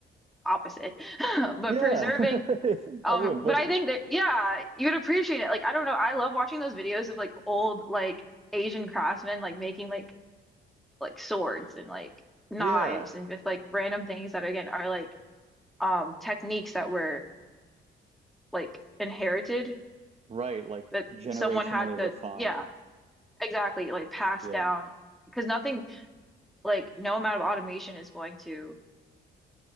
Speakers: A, in the centre; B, on the right.
A: opposite. <laughs> But
B: yeah.
A: preserving,
B: <laughs>
A: um,
B: I would, but
A: but I think that, yeah, you'd appreciate it. Like, I don't know, I love watching those videos of like old like Asian craftsmen like making like like swords and like knives
B: yeah,
A: and just like random things that again are like um techniques that were like inherited
B: right. Like
A: that
B: generationally
A: someone had to,
B: refined.
A: yeah Exactly, like passed
B: Yeah.
A: down because nothing like no amount of automation is going to